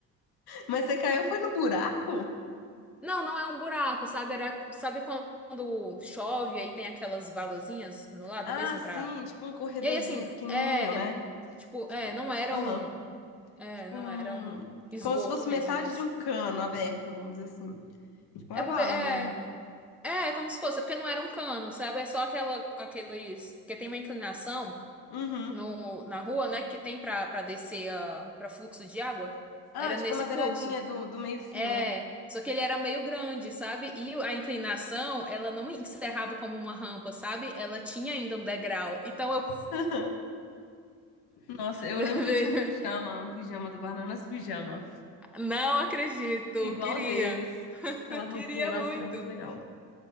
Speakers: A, on the left; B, in the centre.
A: Mas você caiu foi no buraco?
B: Não, não é um buraco, sabe? Era, sabe quando chove, aí tem aquelas valazinhas no lado
A: Ah,
B: mesmo
A: sim,
B: pra...
A: tipo um corredorzinho
B: E aí, assim,
A: pequenininho,
B: é...
A: né?
B: Tipo,
A: Tipo,
B: é, não era
A: aham.
B: um... É,
A: Tipo
B: não
A: um...
B: era um esgoto
A: Como se fosse
B: mesmo,
A: metade
B: mas...
A: de um cano aberto, vamos dizer assim. Tipo
B: É
A: uma
B: porque,
A: vala
B: é...
A: mesmo.
B: É, é como se fosse, é porque não era um cano, sabe? É só aquela, aqueles... que tem uma inclinação...
A: Uhum.
B: no, na rua, né, que tem pra, pra descer a, pra fluxo de água.
A: Ah,
B: Era
A: tipo
B: nesse
A: na beiradinha
B: fluxo.
A: do, do meio-fio,
B: É,
A: né?
B: só que ele era meio grande, sabe? E a inclinação, ela não encerrava como uma rampa, sabe? Ela tinha ainda um degrau. Então eu
A: <laughs> Nossa, eu
B: <laughs> levei.
A: lembro que eu tinha um pijama, um pijama do Bananas Pijama.
B: Não acredito,
A: Igual
B: queria.
A: deles.
B: <laughs>
A: Aquela roupinha,
B: Queria
A: nossa,
B: muito.
A: era muito legal.